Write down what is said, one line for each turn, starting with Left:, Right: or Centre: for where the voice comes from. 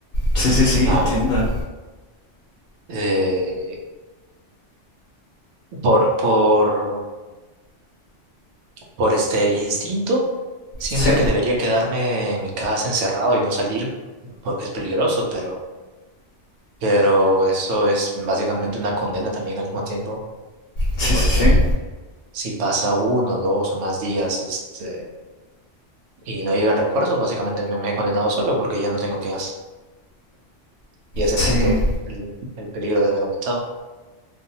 Left: Sí, sí, sí,
Right: Ah,
Left: entiendo.
Right: eh, por, por, por este instinto, siento
Left: Sí,
Right: que debería quedarme en mi casa encerrado y no salir porque es peligroso, pero, pero eso es básicamente una condena también al mismo tiempo
Left: sí,
Right: porque
Left: sí, sí.
Right: si pasa uno, dos o más días este, y no llegan refuerzos, básicamente me, me he condenado solo porque ya no tengo que hacer. y a ese
Left: Sí,
Right: punto el, el peligro debe haber aumentado.